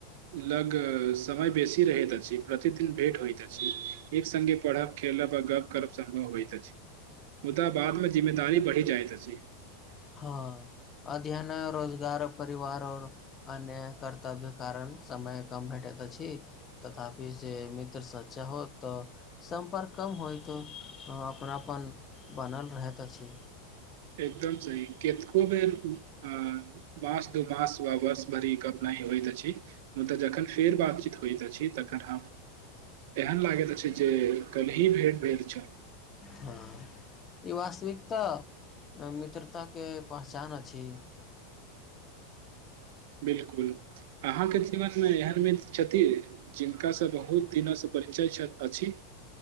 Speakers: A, on the right (about 65°); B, on the left (about 30°).
A: लग समय बेसी रहैत अछि प्रतिदिन भेट होइत अछि एकसंगे पढ़ब खेलब आ गप करब सम्भव होइत अछि मुदा बादमे जिम्मेदारी बढ़ी जाइत अछि
B: हँ अध्ययन रोजगार परिवार और अन्य कर्तव्य कारण समय कम भेटेत अछि तथापि जे मित्रसँ चाहो तऽ सम्पर्क कम होइतो हं अपनापन बनल रहैत अछि
A: एकदम सही केतको बेर अ मास दू मास वा वर्ष भरिक अपना होइत अछि मुदा जखन फेर बातचीत होइत अछि तखन हम एहन लागैत अछि जे काल्हि भेट भेल छल
B: हँ ई वास्तविकता मित्रताके पहचान अछि
A: बिलकुल अहाँके जीवनमे एहन मित्र छथिन जिनकासँ बहुत दिनसँ परिचय छथ अछि